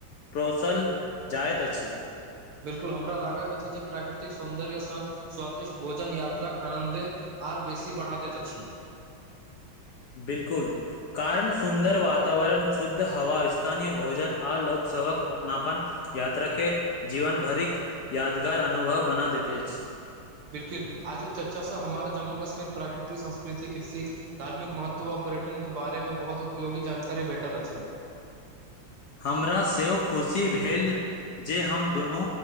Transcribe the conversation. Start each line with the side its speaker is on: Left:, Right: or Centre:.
Left: प्रौसल जाएत अछि
Right: बिल्कुल हमरा लागत अछि जे प्राकृतिक सौन्दर्य संग स्वादिष्ट भोजन यात्राक आनन्दे आर बेसी बढ़ा दैत अछि
Left: बिल्कुल कारण सुन्दर वातावरण शुद्ध हवा स्थानीय भोजन आ लोक सबक अपनापन यात्रा के जीवन भरिक यादगार अनुभव बना देैते अछि
Right: बिल्किल आजुक चर्चा स हमारा जम्मू कश्मीर प्राकृतिक संस्कृति कृषि धार्मिक महत्व व पर्यटन के बारे में बहुत उपयोगी जानकारी भेटल अछि
Left: हमरा सेहो खुशी भेल जे हम दुनू